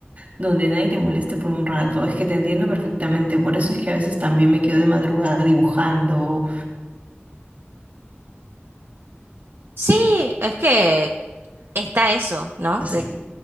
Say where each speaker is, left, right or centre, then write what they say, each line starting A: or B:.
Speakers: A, on the right; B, on the right.
A: donde nadie te moleste por un rato, es que te entiendo perfectamente, por eso es que a veces también me quedo de madrugada dibujando,
B: Sí, es que está eso, ¿no?
A: así.